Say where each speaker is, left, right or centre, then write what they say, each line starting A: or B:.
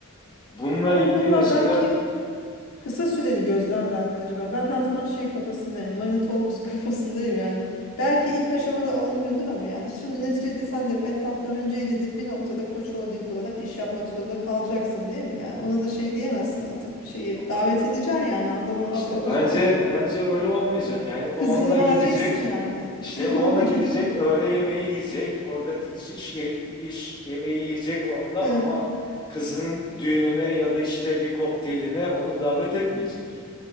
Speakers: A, on the left; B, on the left.
A: bununla
B: Ama
A: ilgili
B: bunlar
A: mesela
B: belki kısa süreli gözlemler mi acaba? Ben her zaman şey kafasındayım. Money talks <laughs> kafasındayım yani. Belki ilk aşamada alınmıyordur ama yani şimdi neticede sen de Fettah Tamimci'yle de bir noktada Koç Holding olarak iş yapmak zorunda kalacaksın değil mi? Yani ona da şey diyemezsin artık. Bir şeyi
A: ama
B: davet edeceksin yani adamı
A: işte
B: al alacaksın
A: bence
B: orana.
A: bence öyle olmayacak. Yani onunla
B: Kızını vereceksin
A: gidecek,
B: yani.
A: işte
B: <laughs>
A: onunla
B: Olmayacak.
A: gidecek, öğle yemeği yiyecek, orada iş, iş, iş yemeği yiyecek onunla
B: Hı
A: ama
B: hı.
A: kızının düğününe ya da işte bir kokteyline onu davet etmeyecek.